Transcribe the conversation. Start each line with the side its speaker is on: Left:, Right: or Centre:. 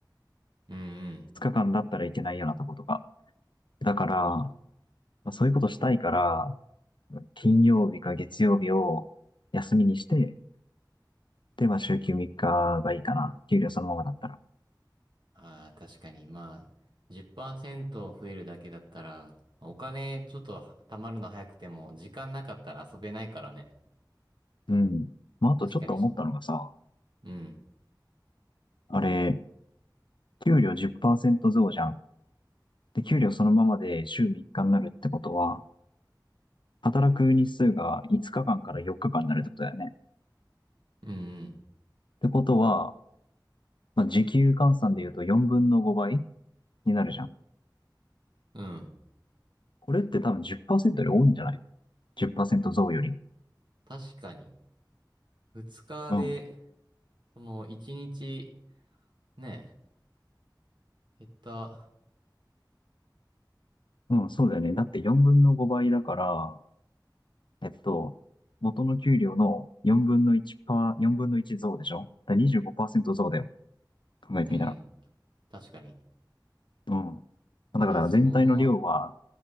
Right: うんうん。
Left: 2日間だったら行けないようなとことか。だから、まあ、そういうことしたいから、金曜日か月曜日を休みにして、で、まあ、週休3日がいいかな。給料そのままだったら。
Right: ああ、確かに。まあ、10%増えるだけだったら、お金ちょっとは貯まるの早くても、時間なかったら遊べないからね。
Left: うん。まあ、あとちょっと思ったのがさ、
Right: 確かに。うん。
Left: あれ、給料10%増じゃん。で、給料そのままで週3日になるってことは、働く日数が5日間かんから4日間になるってことだよね。っ
Right: うん
Left: てことは、まあ、時給換算で言うと4分の5倍になるじゃん。
Right: うん。うん。
Left: これって多分10%より多いんじゃない ?10% 増より。
Right: 確かに。2日で、
Left: うん。
Right: その1日、ね、減った。
Left: うん、そうだよね。だって4分の5倍だから、えっと、元の給料の4分の1パー、分の1増でしょだから25%増だよ。考えてみたら。
Right: うん。確かに。
Left: うん。
Right: じゃあそのまま、
Left: だから全体の量は